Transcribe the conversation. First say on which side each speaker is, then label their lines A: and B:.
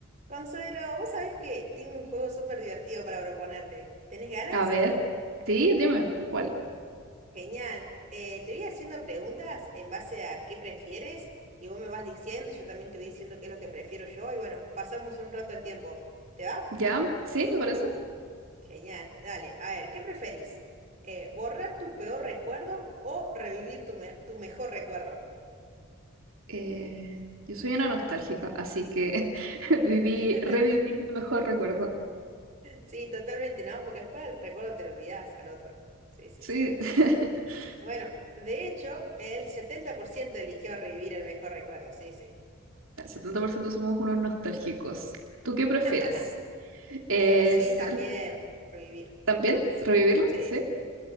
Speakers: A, on the right; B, on the right.
A: Consuelo, vos sabés que tengo un juego súper divertido para proponerte. ¿Tenés ganas?
B: A ver, sí, dime, ¿cuál?
A: Genial. Eh, te voy haciendo preguntas en base a qué prefieres y vos me vas diciendo y yo también te voy diciendo qué es lo que prefiero yo y bueno, pasamos un rato el tiempo. ¿Te va?
B: ¿Ya? Sí, me parece.
A: Genial. Dale, a ver, ¿qué preferís? Eh, ¿borrar tu peor recuerdo o revivir tu, me- tu mejor recuerdo?
B: Eh, yo soy una nostálgica, así que <laughs> viví,
A: <laughs>
B: revivir mi mejor recuerdo.
A: Sí, totalmente, ¿no? Porque después el recuerdo te lo olvidás al otro. Sí, sí,
B: Sí,
A: sí.
B: <laughs>
A: Bueno, de hecho, el 70% eligió revivir el mejor recuerdo, sí, sí.
B: el 70% somos unos nostálgicos. ¿Tú qué prefieres?
A: <laughs>
B: Eh,
A: Eh, sí,
B: ¿ser
A: también revivir.
B: también? ¿Revivirlo?
A: Sí,
B: Sí.
A: sí.